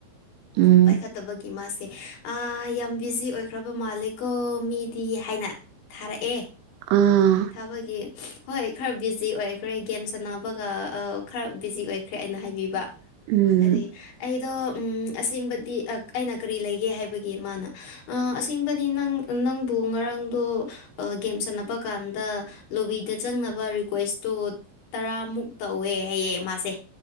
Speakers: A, on the right; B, on the left.
A: ꯎꯝ
B: ꯄꯥꯏꯈꯠꯇꯕꯒꯤ ꯃꯥꯁꯦ ꯑ ꯌꯥꯝ ꯕꯤꯖꯤ ꯑꯣꯏ ꯈ꯭ꯔꯕ ꯃꯥꯜꯂꯤꯀꯣ ꯃꯤꯗꯤ ꯍꯥꯏꯅ ꯊꯥꯔꯛꯑꯦ
A: ꯑꯥ
B: ꯊꯥꯕꯒꯤ ꯍꯣꯏ ꯈꯔ ꯕꯤꯖꯤ ꯑꯣꯏꯈ꯭ꯔꯦ ꯒꯦꯝ ꯁꯥꯟꯅꯕꯒ ꯈꯔ ꯕꯤꯖꯤ ꯑꯣꯏꯈ꯭ꯔꯦ ꯑꯩꯅ ꯍꯥꯏꯕꯤꯕ
A: ꯎꯝ
B: ꯑꯗꯤ ꯑꯩꯗꯣ ꯎꯝ ꯑꯁꯦꯡꯕꯗꯤ ꯑꯩꯅ ꯀꯔꯤ ꯂꯩꯒꯦ ꯍꯥꯏꯕꯒꯤ ꯃꯥꯅ ꯑꯁꯦꯡꯕꯗꯤ ꯅꯪ ꯅꯪꯕꯨ ꯉꯔꯥꯡꯗꯣ ꯒꯦꯝ ꯁꯥꯟꯅꯕ ꯀꯥꯟꯗ ꯂꯣꯕꯤꯗ ꯆꯪꯅꯕ ꯔꯤꯀ꯭ꯋꯦꯁꯇꯣ ꯇꯔꯥꯃꯨꯛ ꯇꯧꯋꯦ ꯍꯥꯏꯌꯦ ꯃꯥꯁꯦ